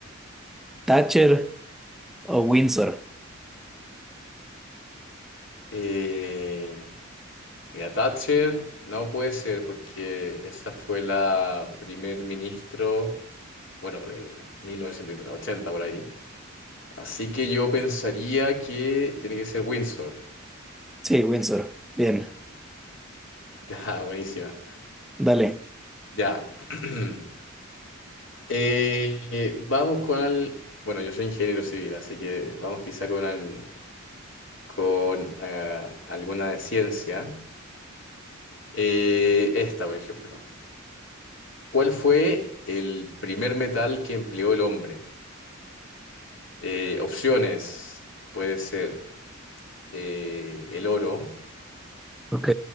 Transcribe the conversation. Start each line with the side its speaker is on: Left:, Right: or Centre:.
Centre: Thatcher o Windsor?
Left: Eh, mira, Thatcher no puede ser porque esa fue la primer ministro, bueno, de 1980 por ahí. Así que yo pensaría que tiene que ser Windsor.
Centre: Sí, Windsor. Bien,
Left: Ya, buenísima.
Centre: dale.
Left: Ya. <clears throat> Eh, vamos con al... Bueno, yo soy ingeniero civil, así que vamos quizá con, al- con ah, alguna de ciencia. Eh, esta, por ejemplo. ¿Cuál fue el primer metal que empleó el hombre? Eh, opciones. Puede ser eh, el oro,
Centre: Ok.